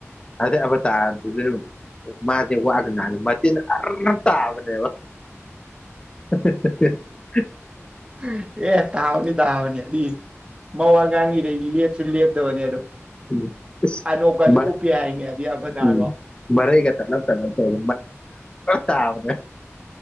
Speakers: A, on the left; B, on the right.
A: ꯑꯗꯩ ꯑꯕ ꯇꯥꯗꯔꯗꯨꯖꯨ ꯃꯥꯁꯦ ꯋꯥꯒ ꯉꯥꯡ ꯃꯇꯤꯟ ꯑꯔ ꯇꯥꯕꯅꯦꯕ ꯍ ꯍ ꯍ ꯍ
B: ꯍꯨ ꯖꯨ ꯖꯤ ꯑꯦ ꯇꯥꯥꯎꯅꯤ ꯇꯥꯥꯎꯅꯤ ꯗꯤ <unintelligible> ꯏꯂꯦꯞ ꯁꯨ ꯂꯦꯞꯇꯕꯅꯦ ꯑꯗꯣ
A: ꯎꯝ ꯑꯁ
B: ꯑꯅꯣꯞꯀꯁꯨ
A: ꯃꯔ
B: ꯎꯞꯄꯦ ꯍꯥꯏꯅꯦ ꯑꯗꯨꯏ ꯑꯕꯗꯥꯗꯣ
A: ꯎꯝ ꯃꯔꯩꯒ ꯇꯠꯂꯛꯇꯅ ꯐꯣꯟ ꯇꯥꯕꯅꯦ